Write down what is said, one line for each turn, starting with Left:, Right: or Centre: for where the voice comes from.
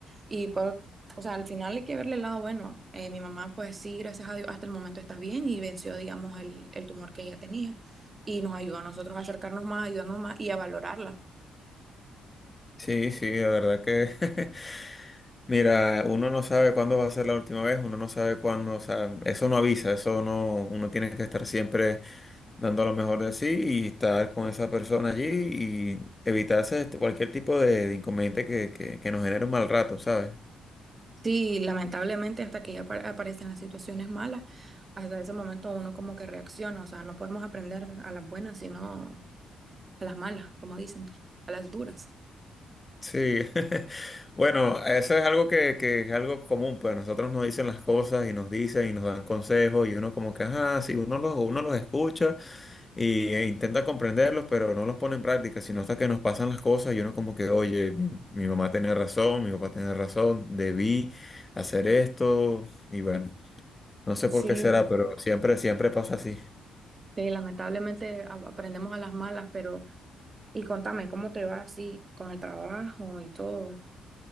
Right: y por, o sea, al final hay que verle el lado bueno. Eh, mi mamá, pues sí, gracias a Dios, hasta el momento está bien y venció, digamos, el, el tumor que ella tenía y nos ayudó a nosotros a acercarnos más, a ayudarnos más y a valorarla.
Left: Sí, sí, la verdad que, <laughs> mira, uno no sabe cuándo va a ser la última vez, uno no sabe cuándo, o sea, eso no avisa, eso no, uno tiene que estar siempre dando lo mejor de sí y estar con esa persona allí y evitarse este- cualquier tipo de, de inconveniente que, que, que nos genere un mal rato, ¿sabes?
Right: Sí, lamentablemente hasta que ya apa- aparecen las situaciones malas, hasta ese momento uno como que reacciona, o sea, no podemos aprender a las buenas, sino a las malas, como dicen, a las duras.
Left: Sí, <laughs> bueno, eso es algo que, que es algo común, pues a nosotros nos dicen las cosas y nos dicen y nos dan consejos y uno como que, ajá, sí, uno los, uno los escucha y, e intenta comprenderlos, pero no los pone en práctica, sino hasta que nos pasan las cosas y uno como que, oye, mi, mi mamá tenía razón, mi papá tenía razón, debí hacer esto y bueno, no sé
Right: Sí.
Left: por qué será, pero siempre, siempre pasa así.
Right: Sí, lamentablemente a- aprendemos a las malas, pero y contame, ¿cómo te va así con el trabajo y todo?